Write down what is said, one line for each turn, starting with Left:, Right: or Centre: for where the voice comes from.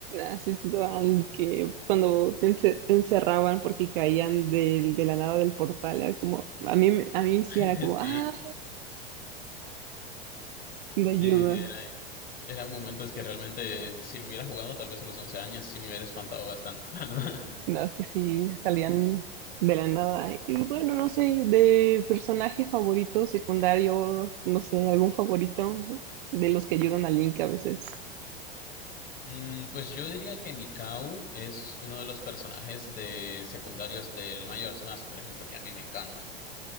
Right: Así estaban que cuando te, ence- te encerraban porque caían del, de la nada del portal, era como, a mí, me- a mí sí
Left: <laughs>
Right: era como,
Left: Sí,
Right: ah, me ayuda.
Left: sí, sí, sí, era Eran momentos que realmente, si lo hubiera jugado tal vez a los 11 años, sí me hubiera espantado bastante, <laughs> la verdad.
Right: No, es que sí salían de la nada. Y bueno, no sé, de personaje favorito, secundario, no sé, algún favorito de los que ayudan a Link a veces.
Left: Mm, pues yo diría que Mikau es uno de los personajes de secundarios del Majora's Mask, por ejemplo, que a mí me encantan.